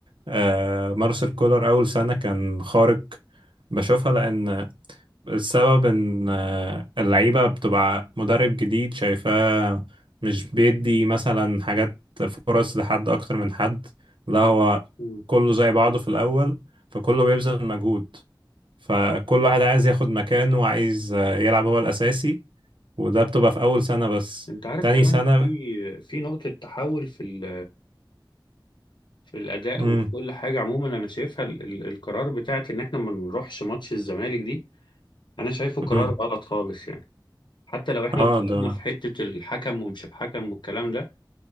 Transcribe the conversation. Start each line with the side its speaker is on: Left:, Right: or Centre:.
Right: آه مارسيل كولر اول سنه كان خارق بشوفها لان السبب ان آه، اللعيبة بتبقى مدرب جديد شايفاه مش بيدي مثلا حاجات فرص لحد اكتر من حد لا هو
Left: مم.
Right: كله زي بعضه في الاول فكله بيبذل مجهود فكل واحد عايز ياخد مكانه وعايز آه، يلعب هو الاساسي وده بتبقى في اول سنة بس
Left: انت عارف
Right: تاني
Left: كمان
Right: سنة
Left: في في نقطة تحول في ال في الأداء
Right: امم
Left: وفي كل حاجة عموما أنا شايفها ال- ال- القرار بتاعت إن إحنا ما نروحش ماتش الزمالك دي أنا شايفه قرار
Right: امم
Left: غلط خالص يعني حتى لو إحنا
Right: اه
Left: اتظلمنا
Right: ده
Left: في حتة الحكم ومش الحكم والكلام ده